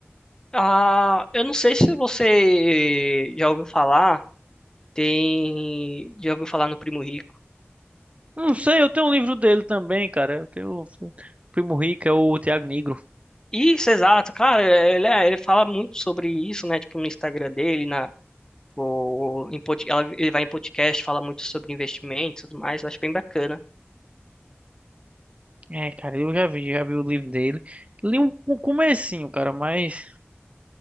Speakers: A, on the left; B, on the right.
A: Ah, eu não sei se você já ouviu falar, tem já ouviu falar no Primo Rico.
B: Não sei, eu tenho um livro dele também, cara. Eu tenho o Primo Rico, é o Thiago Negro.
A: Isso, exato, cara, ele, é- ele fala muito sobre isso, né? Tipo, no Instagram dele, na, o, em pod- ela- ele vai em podcast, fala muito sobre investimentos e tudo mais, eu acho bem bacana.
B: É, cara, eu já vi, já vi o livro dele. Li um, um comecinho, cara, mas